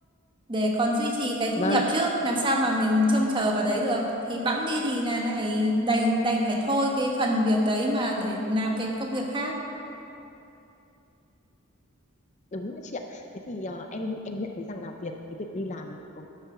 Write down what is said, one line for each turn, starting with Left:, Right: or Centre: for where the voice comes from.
Right: để còn duy trì cái thu
Left: vâng,
Right: nhập chứ làm sao mà mình trông chờ vào đấy được thì bẵng đi thì là lại đành đành phải thôi cái phần việc đấy mà để làm cái công việc khác
Left: đúng đấy chị ạ. Thế thì ờ, em em nhận thấy rằng là việc cái việc đi làm ở